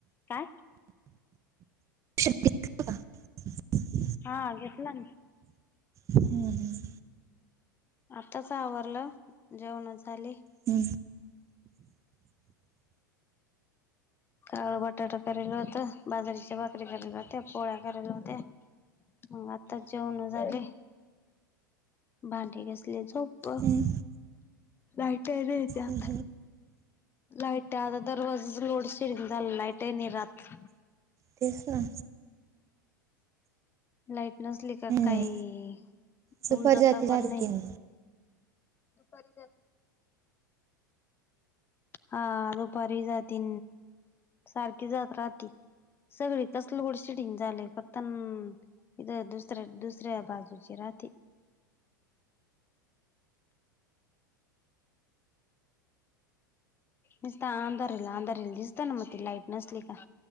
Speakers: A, on the left; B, on the right.
A: का?
B: शक्य
A: हां घेतला ना.
B: हम्म हम्म.
A: आताच आवरलं जेवण झाली.
B: ह.
A: काळ बटाटा केला होतं बाजरीच्या बा. वकरी कली होते पोळ्या कयला होते्या मग आता जेवण झाले. भांडे घसले झोप
B: हम्म,
A: लाईट र त्यात.
B: हम्म,
A: लाईट आता दरवाजाच लोड शेडंग झालं लाईट आहेन राात
B: तस ना.
A: लाईट नसली
B: हम्म
A: का काही
B: सुपर
A: उमजात
B: जाती सारखी
A: पण नाही.
B: ना
A: दुपारी ज हा दुपारी जाते सारखी जात राहते. सगळी कस लोड शेडिंग झालंय फक्त इथ दुसरा दुसऱ बाजूची राात. दिसत अंधारल अंधारल्ल दिसत ना म लाईट नसली का?